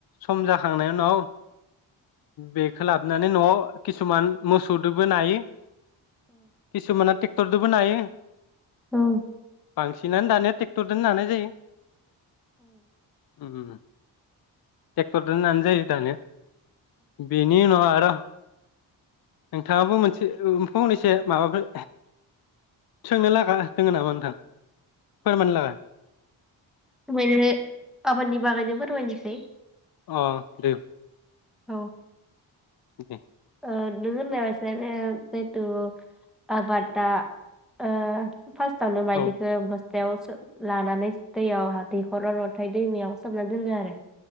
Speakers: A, on the left; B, in the centre.
A: सम जा थांनाय उनाव बेखो लाबना नि न'आव किसुमान मोसौदो बोनो हायो। किसुमाना टेक्टर दोबो नायो।
B: ओम
A: बांसिनानो दानिया टेक थर दोनो नानाय जायो। उम टेक्टर दोनो नानाय जायो दानिया बेनि उनाव आरो नोंथाङाबो मोनसे ओ फंनैसो माबाफोर सोंनो लागा दोङो नामा नोंथां फोरमायनो लागा?
B: <unintelligible> आबादनि बागैनो फोरमायनोसै।
A: अ दे
B: औ
A: उम
B: ओ नों होननाय बायसा यानो जिहेथु आबादा ओ फास्ट सावनो मायलिखो
A: औ
B: बस याव सो लानानै दैयाव हा दैखर अरथाय दैमायाव सोमना दोनगो आरो।